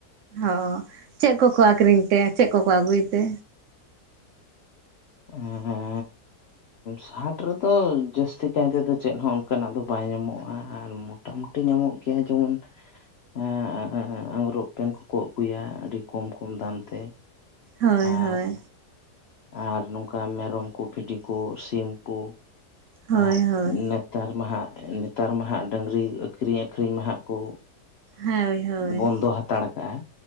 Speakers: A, on the right; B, on the left.
A: ᱚ ᱪᱮᱫ ᱠᱚᱠᱚ ᱟᱠᱷᱨᱤᱧ ᱛᱮ ᱪᱮᱫ ᱠᱚᱠᱚ ᱟᱹᱜᱩᱭ ᱛᱮ᱾
B: <unintelligible> ᱥᱟᱴ ᱨᱮᱫᱚ ᱡᱟᱹᱥᱛᱤ ᱠᱟᱭᱛᱮᱫᱚ ᱪᱮᱫ ᱦᱚᱸ ᱚᱱᱠᱟᱱᱟᱜ ᱫᱚ ᱵᱟᱭ ᱧᱟᱢᱚᱜ-ᱟ ᱟᱨ ᱢᱚ ᱢᱳᱴᱟᱢᱩᱴᱤ ᱧᱟᱢᱚᱜ ᱜᱮᱭᱟ ᱡᱮᱢᱚᱱ ᱮᱻᱮ ᱟᱝᱜᱽᱨᱚᱵ ᱯᱮᱱ ᱠᱚᱠᱚ ᱟᱹᱜᱩᱭᱟ ᱟᱹᱰᱤ ᱠᱚᱢ ᱠᱚᱢ ᱫᱟᱢ ᱛᱮ
A: ᱦᱳᱭ ᱦᱳᱭ
B: ᱟᱨ ᱟᱨ ᱱᱚᱝᱠᱟ ᱢᱮᱨᱚᱢ ᱠᱚ ᱵᱷᱤᱰᱤ ᱠᱩ ᱥᱤᱢ ᱠᱚ
A: ᱦᱳᱭ
B: ᱟᱨ
A: ᱦᱳᱭ
B: ᱱᱮᱛᱟᱨ ᱢᱟᱦᱟᱜ ᱱᱮᱛᱟᱨ ᱢᱟᱦᱟᱜ ᱰᱟᱹᱝᱨᱤ ᱟᱹᱠᱷᱨᱤᱧ ᱟᱹᱠᱷᱨᱤᱧ ᱢᱟ ᱦᱟᱜ ᱠᱚ
A: ᱦᱳᱭ ᱦᱳᱭ
B: ᱵᱚᱱᱫᱚ ᱦᱟᱛᱟᱲ ᱠᱟᱜ-ᱟ᱾